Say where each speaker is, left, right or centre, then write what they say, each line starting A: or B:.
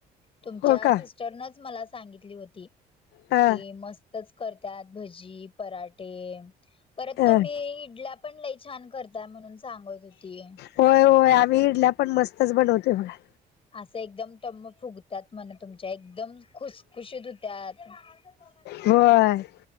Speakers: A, on the left (about 35°); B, on the left (about 80°).
A: तुमच्या
B: हो का.
A: सिस्टरनच मला सांगितली होती
B: हा
A: कि मस्त. च करत्यात भजी, पराठे. परत
B: अ
A: तुम्ही इडल्या पण लई छान करताय म्हणून सांगत होती..
B: होय होय आम्ही इडल्या पण मस्तच बनवतोय बघा..
A: असं एकदम टम्म फुगत्यात म्हण तुमच्या एकदम खुसखुशीत हुत्यात.. <unintelligible>
B: होय.